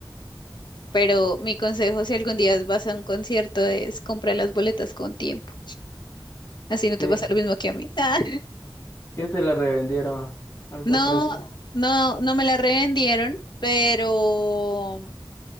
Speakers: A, on the left (about 65°); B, on the left (about 30°).
A: pero mi consejo si algún día vas a un concierto es comprar las boletas con tiempo. Así no te
B: sí,
A: pasa lo mismo que a mí. <laughs> Ah,
B: que te la revendieron a alto
A: No,
B: precio.
A: no, no me la revendieron, pero